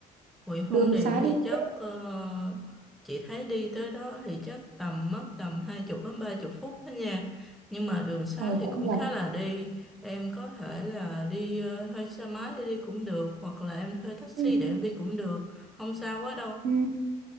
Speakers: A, in the centre; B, on the right (about 55°).
A: huyện
B: đường
A: Phong Điền
B: xá
A: thì
B: đi,
A: chắc
B: dễ-
A: ờ, chị thấy đi tới đó thì chắc tầm mất tầm hai chục đến ba chục phút đó nha nhưng mà đường xá
B: ờ
A: thì
B: cũng
A: cũng
B: gần.
A: khá là đi em có thể là đi ờ, thuê xe máy để đi cũng được hoặc là em thuê taxi
B: Ừ,
A: để em đi cũng được không sao quá đâu
B: ừ,